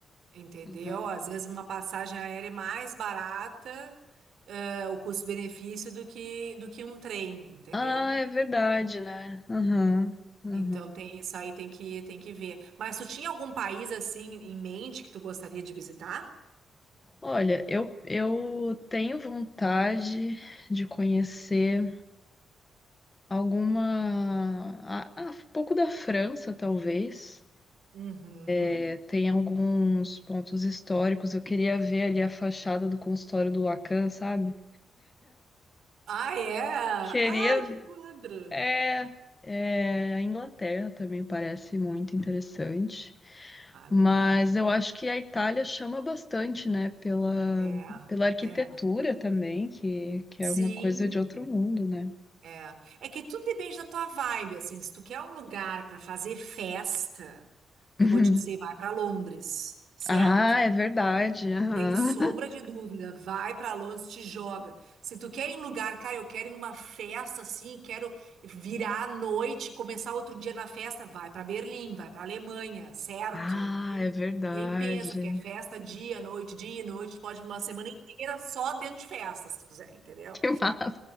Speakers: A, on the right (about 70°); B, on the left (about 15°).
A: entendeu?
B: uhum.
A: Às vezes uma passagem aérea é mais barata é, o custo-benefício do que, do que um trem, entendeu?
B: Ah, é verdade, né? Aham, aham.
A: Então tem isso aí tem que tem que ver. Mas tu tinha algum país assim em mente que tu gostaria de visitar?
B: Olha, eu, eu tenho vontade de conhecer alguma. A, a- um pouco da França, talvez.
A: Uhum.
B: É, tem alguns pontos históricos. Eu queria ver ali a fachada do consultório do Lacan, sabe?
A: Ah, é?
B: Queria.
A: Ai, que quadro!
B: É, é, a Inglaterra também parece muito interessante.
A: Ah,
B: Mas
A: legal.
B: eu acho que a Itália chama bastante, né? Pela,
A: É,
B: pela arquitetura
A: é.
B: também, que, que
A: Sim,
B: é uma coisa de outro mundo, né?
A: é. É que tudo depende da tua vibe, assim. Se tu quer um lugar para fazer festa, eu
B: <laughs>
A: vou te dizer, vai para Londres, certo?
B: Ah, é verdade. aham.
A: Tem sombra de dúvida. Vai pra Londres, te joga. Se tu quer ir em lugar, cara, eu quero ir numa festa assim, quero virar à noite, começar outro dia na festa, vai pra Berlim, vai pra Alemanha, certo?
B: Ah,
A: Nem,
B: é verdade.
A: nem pensa, porque
B: <laughs>
A: é festa dia, noite, dia, noite, tu pode ir uma semana inteira só dentro de festa, se tu quiser, entendeu?
B: Que massa.